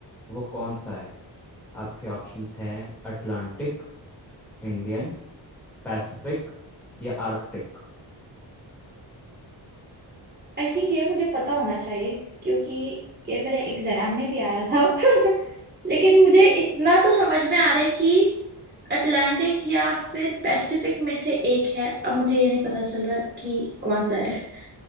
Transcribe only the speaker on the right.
आई थिंक ये मुझे पता होना चाहिए क्योंकि ये मेरे एग्जाम में भी आया था <laughs> लेकिन मुझे इतना तो समझ में आ रहा है कि अटलांटिक या फिर पैसिफिक में से एक है अब मुझे ये नहीं पता चल रहा कि कौन सा है